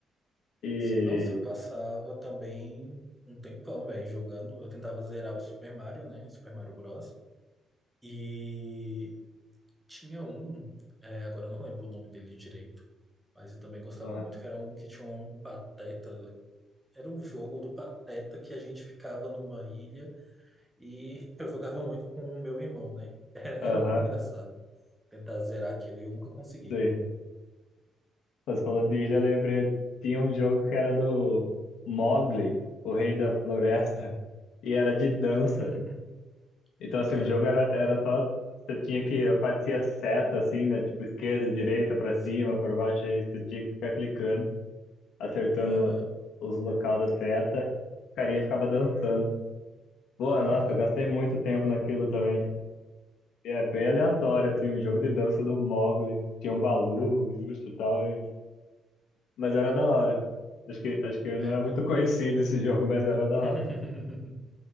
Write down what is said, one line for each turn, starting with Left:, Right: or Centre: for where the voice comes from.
Left: E.
Centre: Sim, nossa, eu passava também um tempão, velho, jogando. Eu tentava zerar o Super Mario, né? O Super Mario Bros. E tinha um, é, agora eu não lembro o nome dele direito, mas eu também gostava
Left: Aham.
Centre: muito, que era um que tinha um pateta. Era um jogo do pateta que a gente ficava numa ilha e eu jogava muito com o meu irmão, né? <laughs> Era
Left: Aham,
Centre: muito engraçado tentar zerar aquilo e eu nunca consegui.
Left: sei. Você falou de ilha, eu lembrei. Tinha um jogo que era do Mowgli, o Rei da Floresta, e era de dança.
Centre: <laughs>
Left: Então, assim,
Centre: Ah,
Left: o jogo era, era só. Você tinha que. Aparecia seta, assim, né? Tipo, esquerda, direita, pra
Centre: sim.
Left: cima, pra baixo. Aí você tinha que ficar clicando, acertando
Centre: Aham.
Left: os locais da seta. E o carinha ficava dançando. Porra,
Centre: <laughs>
Left: nossa, eu gastei muito tempo naquilo também. E é bem aleatório, assim, o jogo de dança do Mogli. Tinha um Balu, justo e tal, e... mas era da hora. Acho que, acho que não
Centre: É,
Left: é muito
Centre: o...
Left: conhecido esse <laughs> jogo, mas era da
Centre: <laughs>
Left: hora.